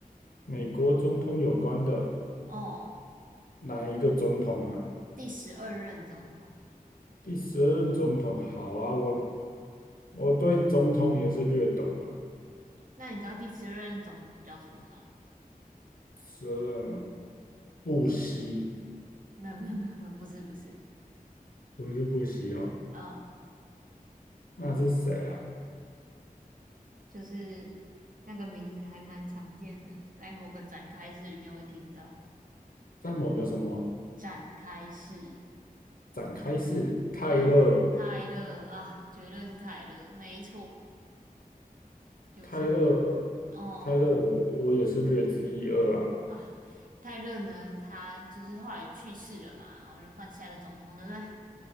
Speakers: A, on the left; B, on the right.
A: 美国总统有关的
B: 哦，
A: 哪一个总统啊？
B: 第十二任总统。
A: 第十二任总统，好啊，我我对总统也是略懂啊。
B: 那你知道第十二任总统叫什么吗？
A: 十二任啊，布希
B: 没有，没有，没有，没有不是，不是，
A: 不是布希哦，
B: 嗯，
A: 那是谁啊？
B: 就是那个名字还蛮常见的，在某个展开式里面会听到
A: 在某个什么
B: 展开式。
A: 展开式？泰勒，
B: 对啊，泰勒啊，绝对是泰勒，没错，就是你哦
A: 泰勒，泰勒我，我也是略知一二啊。
B: 啊，泰勒呢，他就是后来有去世了嘛，然后就换下一个总统，对不对？